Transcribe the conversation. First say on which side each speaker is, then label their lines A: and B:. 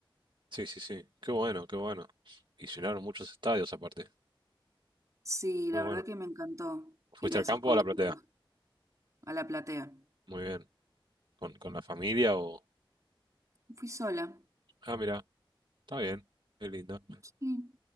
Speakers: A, on the right; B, on the right.
A: Sí, sí, sí. Qué bueno, qué bueno. Y llenaron muchos estadios aparte.
B: Sí, la
A: Muy bueno.
B: verdad que me encantó
A: ¿Fuiste
B: ir a
A: al
B: esos
A: campo
B: conciertos,
A: o a la platea?
B: a la platea.
A: Muy bien. ¿Con, con la familia o...?
B: Fui sola.
A: Ah, mira, está bien. Qué lindo.
B: Sí,